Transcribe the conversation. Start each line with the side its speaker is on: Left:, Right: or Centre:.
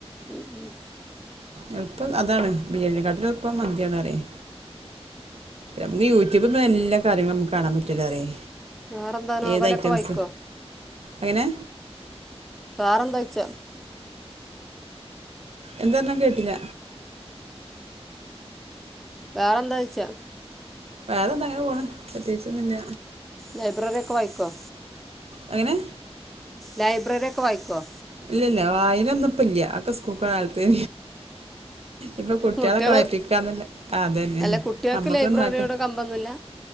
Centre: ഉം ഉം
Right: എളുപ്പം അതാണ് ബിരിയാണിനേക്കാട്ടിലും എളുപ്പം മന്ത്യാണ് പറയെ നമുക്കു യുട്യൂബിലിപ്പം എല്ലാകാര്യങ്ങളും നമുക്കു കാണാൻ പറ്റുല്ലോ പറയെ
Centre: വേറെന്താ നോവലൊക്കെ
Right: ഏത് ഐറ്റംസ്
Centre: വായിക്കോ
Right: എങ്ങനെ
Centre: വേറെന്താ ചോയ്ച്ച
Right: എന്താ പറഞ്ഞ് ഞാൻ കേട്ടില
Centre: വേറെന്താ ചോയ്ച്ചാ
Right: വേറെന്താ അങ്ങനെ പോണു പ്രത്യേകിച്ചൊന്നും ഇല്ല
Centre: ലൈബ്രറിയൊക്കെ വായിക്കുവോ
Right: അങ്ങനെ
Centre: ലൈബ്രറിയൊക്കെ വായിക്കുവോ
Right: ഇല്ല്യ ഇല്ല വായനൊന്നും ഇപ്പല്ല അതൊക്കെ സ്കൂൾക്ക്‌ പോണ കാലത്ത് ഇപ്പൊ കുട്ട്യാളൊക്കെ
Centre: കുട്ട്യാള്
Right: വായിപ്പിക്കാന്നല്ലേ ആഹ് അതെന്നെ
Centre: അല്ല കുട്ട്യാൾക്ക്
Right: നമുക്കൊന്നും
Centre: ലൈബ്രറിയോട്
Right: വായിക്ക
Centre: കമ്പൊന്നുല്ല